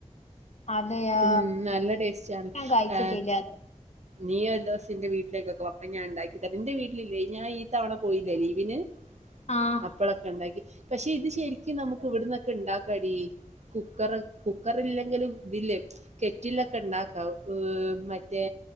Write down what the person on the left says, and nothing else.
അതെയാ
ഞാൻ കഴിച്ചിട്ടില്ല
അത്
ആഹ്